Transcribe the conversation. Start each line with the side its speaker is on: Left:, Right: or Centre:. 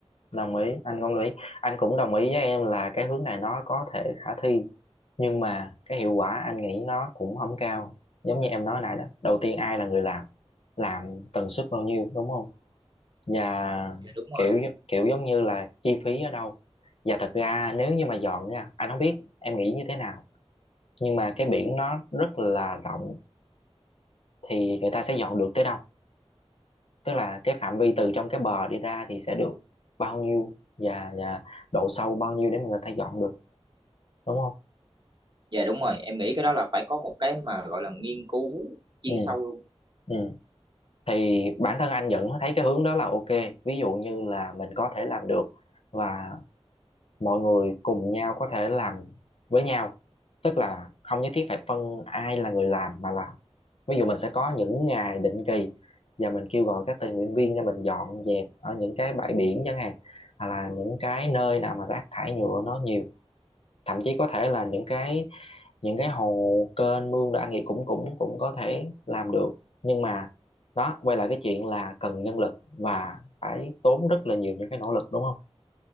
Left: đồng ý anh cũng đồng ý anh cũng đồng ý với em là cái hướng này nó có thể khả thi nhưng mà cái hiệu quả anh nghĩ nó cũng không cao giống như em nói nãy đó đầu tiên ai là người làm làm tần suất bao nhiêu đúng không và
Right: Dạ đúng rồi.
Left: kiểu kiểu giống như là chi phí ở đâu và thật ra nếu như mà dọn nha anh không biết em nghĩ như thế nào nhưng mà cái biển nó rất là rộng thì người ta sẽ dọn được tới đâu tức là cái phạm vi từ trong cái bờ đi ra thì sẽ được bao nhiêu và và độ sâu bao nhiêu để mà người ta dọn được đúng không
Right: Dạ đúng rồi, em nghĩ cái đó là phải có một cái mà gọi là nghiên cứu chuyên
Left: ừ
Right: sâu luôn.
Left: ừ thì bản thân anh vẫn thấy cái hướng đó là ok ví dụ như là mình có thể làm được và mọi người cùng nhau có thể làm với nhau tức là không nhất thiết phải phân ai là người làm mà là ví dụ mình sẽ có những ngày định kỳ và mình kêu gọi các tình nguyện viên ra mình dọn dẹp ở những cái bãi biển chẳng hạn hoặc là những cái nơi nào mà rác thải nhựa nó nhiều thậm chí có thể là những cái những cái hồ kênh mương là anh nghĩ cũng cũng cũng có thể làm được nhưng mà đó quay lại cái chuyện là cần nhân lực và phải tốn rất là nhiều những cái nỗ lực đúng không